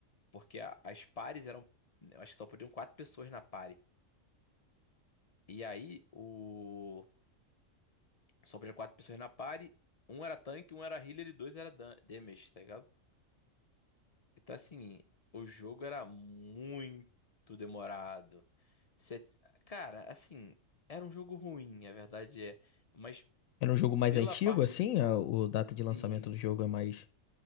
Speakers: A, on the left; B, on the left.
A: Porque a- as pares eram. Eu acho que só podiam quatro pessoas na pare. E aí, o. Só podiam quatro pessoas na pare. Um era tanque, um era healer e dois era dan- damage, tá ligado? Então, assim, o jogo era muito demorado. Você- Cara, assim, era um jogo ruim, a verdade é. Mas
B: Era um jogo mais
A: pela
B: antigo,
A: parte.
B: assim? A- O data
A: Sim,
B: de lançamento do jogo é mais.